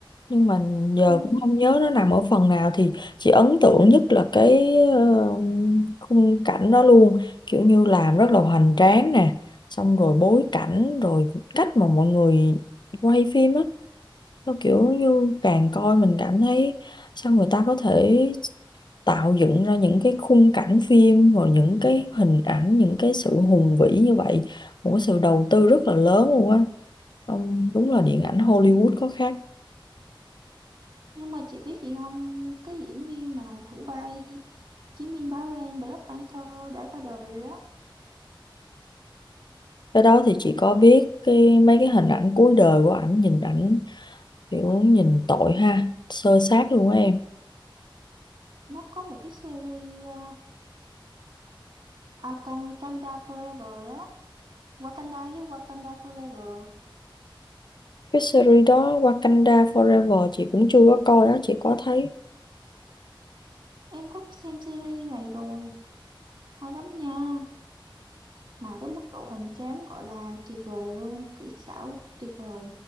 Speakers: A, on the left (about 55°); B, on the right (about 55°).
A: nhưng mà giờ
B: ừ.
A: cũng không nhớ nó nằm ở phần nào thì chị ấn tượng nhất là cái ờ, khung cảnh đó luôn kiểu như làm rất là hoành tráng nè xong rồi bối cảnh rồi cách mà mọi người quay phim á nó kiểu như càng coi mình cảm thấy sao người ta có thể tạo dựng ra những cái khung cảnh phim rồi những cái hình ảnh những cái sự hùng vĩ như vậy một cái sự đầu tư rất là lớn luôn á Ông- đúng là điện ảnh Hollywood có khác
B: nhưng mà chị biết gì không cái diễn viên mà thủ vai chiến binh báo đen, Black Panther đã qua đời rồi đó
A: cái đó thì chị có biết cái mấy cái hình ảnh cuối đời của ảnh nhìn ảnh kiểu nhìn tội ha sơ sát luôn á em
B: nó có một cái series uh, à, Wakanda Wakanda Forever đó Wakanda với Wakanda Forever
A: cái series đó Wakanda Forever chị cũng chưa có coi đó chị có thấy
B: em có xem series này rồi hay lắm nha mà cái mức độ hoành tráng gọi là tuyệt vời luôn kỹ xảo tuyệt vời